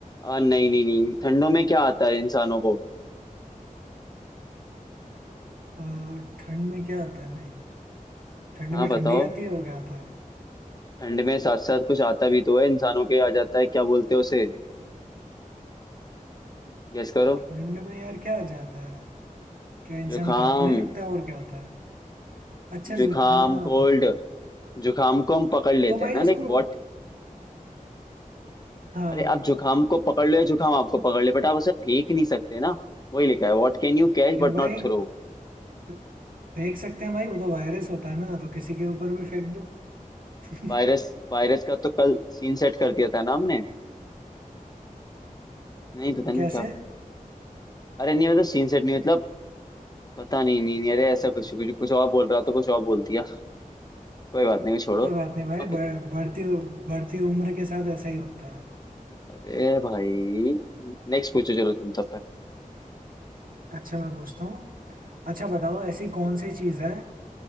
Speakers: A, on the left (about 30°); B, on the right (about 85°).
A: नहीं नहीं नहीं ठंडों में क्या आता है इंसानों को
B: अ, ठंड में क्या आता है भाई ठंड
A: हाँ
B: में
A: बताओ
B: ठंडी आती है और क्या आता है
A: ठंड में साथ साथ कुछ आता भी तो है इंसानों के आ जाता है क्या बोलते हैं उसे गेस करो
B: ठंड में यार क्या आ जाता है क्या इंसान
A: जुखाम
B: कांपने लगता है और क्या होता है अच्छा
A: जुखाम
B: जुकाम
A: कोल्ड जुखाम को हम पकड़ लेते
B: तो भाई
A: हैं ना
B: उसको
A: लाइक व्हाट
B: हाँ
A: अरे आप जुखाम को पकड़ लो या जुखाम आपको पकड़ ले बट आप उसे फेंक नहीं सकते ना वही लिखा है what can you catch
B: क्यों
A: but
B: भाई
A: not throw
B: तो फेंक सकते हैं भाई वो तो वायरस होता है ना तो किसी के ऊपर भी फेंक दो <laughs>
A: Virus virus का तो कल सीन सेट कर दिया था ना हमने नहीं पता नहीं
B: कैसे
A: क्या अरे नहीं मतलब सीन सेट नहीं मतलब पता नहीं नहीं नहीं अरे ऐसा कुछ कुछ कुछ और बोल रहा तो कुछ और बोल दिया कोई बात नहीं मैं छोड़ो
B: कोई बात नहीं भाई
A: ओके
B: बढ़, बढ़ती बढ़ती उम्र के साथ ऐसा ही होता है
A: अरे भाई नेक्स्ट पूछो चलो तुम तब तक
B: अच्छा मैं पूछता हूँ अच्छा बताओ ऐसी कौन सी चीज है